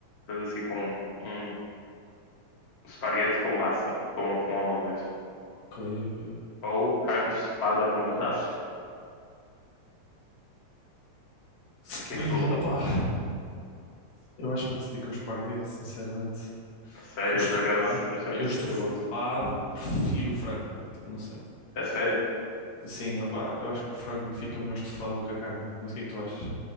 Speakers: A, on the left; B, on the left.
A: Mas assim com um esparguete com massa, com, com almôndegas.
B: Ok, ok.
A: Ou carne estufada com batatas.
B: Com isto. Esparguete.
A: O que é que tu...
B: Opá. Eu acho que vou te dizer que é o esparguete, sinceramente.
A: A sério,
B: Porque eu estufado,
A: eu por acaso, achar
B: pá,
A: que
B: eu
A: eu escolheu
B: estufado
A: outro.
B: prefiro o frango. Tipo, não sei.
A: É sério?
B: Sim, opá, eu acho que o frango fica melhor estufado do que a carne. Mas o que é que tu achas?